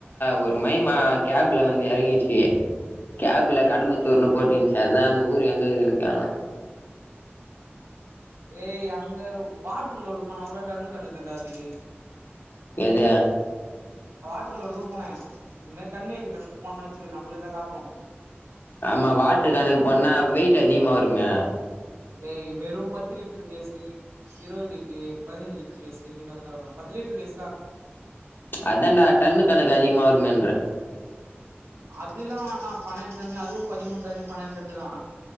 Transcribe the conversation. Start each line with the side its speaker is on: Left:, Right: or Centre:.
Left: ஒரு மைமா கேப்ல வந்து எறங்கிச்சி கேப்ல
Right: ம்
Left: கடம்பத்தூர்ன்னு போட்டு இருந்துச்சி அதா அந்த ஊர் எங்க இருக்குதுன்னு கேக்ன
Right: ஏய் அங்க வாட்டரு லோடு போனா கூட டன்னு கணக்கு தண்டா அது
Left: எதே
Right: ட்டர் லோடுக்கு போனே இந்த மாரி டன் ஏஜ் கணக்கு போன வச்சிக்கோ நம்மளுக்குதா லாபோ
Left: ஆமா வாட்டர் கேனுக்கு போனனா வெயிட் அதிகமா வருமே
Right: வெ வெறு பத்து லிட்டர் கேசு இ இருவது தே பதினஞ்சி லிட்டர் கேஸ் இதே மாரிதாண்ட வரு பத்து லிட்டர் கேஸ் தா
Left: அதான்டா டன்னு கணக்கு அதிகமா வருமேன்றே
Right: அதில்லா ஆனா பன்னெண்டு டன்னு அதுவு பதிமூணு டன்னு பன்னெண்டு டன்னு தா